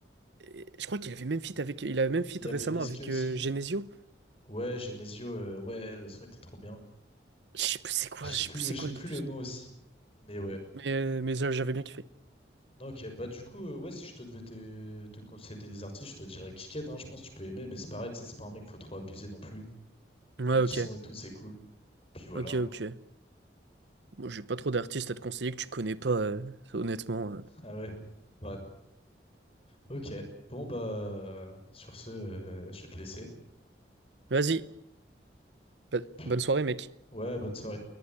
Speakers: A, on the right (about 75°); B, on the left (about 35°).
A: Et je crois qu'il avait même feat avec, il avait même feat
B: Il y
A: récemment
B: avait Niske
A: avec
B: aussi.
A: euh, Genesio.
B: Ouais, Genesio. euh, Ouais, le son était trop bien.
A: Je sais plus c'est quoi,
B: Je sais
A: je
B: plus,
A: sais plus c'est
B: je sais
A: quoi le
B: plus
A: nom du
B: les
A: son.
B: noms aussi. Mais ouais.
A: Mais, euh, mais euh, j'avais bien kiffé.
B: Non, ok. Bah, du coup, euh, ouais, si je te devais te, te conseiller des artistes, je te dirais Kiked, hein. Je pense que tu peux aimer, mais c'est pareil, tu sais, c'est pas un mec, faut trop abuser non plus.
A: Ouais,
B: Des petits
A: ok,
B: sons et tout, c'est cool. Puis voilà.
A: ok,
B: hein.
A: ok. Moi, j'ai pas trop d'artistes à te conseiller que tu connais pas, euh, honnêtement.
B: <laughs>
A: euh.
B: Ah ouais. Bah, ok. Bon, bah, sur ce, euh, je vais te laisser.
A: Vas-y, Bah,
B: Puis,
A: bonne soirée, mec.
B: Ouais, bonne soirée.